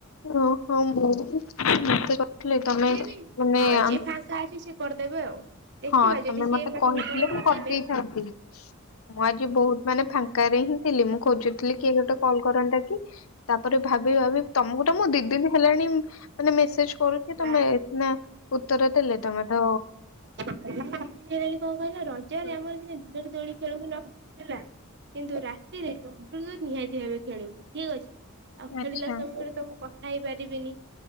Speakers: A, on the left; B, on the right.
A: ଓ ହଁ ମୁଁ କହିଥିଲେ ତମେ
B: ଯଏ ବି
A: ମାନେ
B: ହଁ
A: ଆମ୍
B: ଯିଏ ଫାଙ୍କା ଅଛି ସେ କରି ଦେବେ ଆଉ। ଦେଖିବା
A: ହଁ
B: ଯଦି
A: ତମେ
B: ସିଏ
A: ମତେ କହିଥିଲେ
B: ଉତ୍ତର
A: ମୁଁ
B: ନଦେବେ
A: କରିଦେଇଥାନ୍ତି, ମୁଁ ଆଜି ବହୁତ ମାନେ ଫାଙ୍କାରେ ହିଁ ଥିଲି ମୁଁ ଖୋଜୁଥିଲି କିଏ ଗୋଟେ କଲ କରନ୍ତା କି ତାପରେ ଭାବି ଭାବି ତମକୁ ମୁଁ ଦି ଦିନ ହେଲାଣି ମାନ ମେସେଜ କରୁଛି
B: ବାସ୍
A: ତମେ ସିନା ଉତ୍ତର ଦେଲେ? ତମେ ତ
B: କଣ କହିଲ ରଜରେ
A: ହୁଁ
B: ଆମର ତ ଦିନରେ ଦୋଳି ଖେଳୁକି ନଖେଳୁ ହେଲା କିନ୍ତୁ ରାତିରେ ନିହାତି ଭବେ ଖେଳିବୁ ଠିକ ଅଛି। ଆଉ ଖେଳିଲା
A: ଆଚ୍ଛା
B: ସମୟରେ ତମ ଖାଇପାରିବିନି।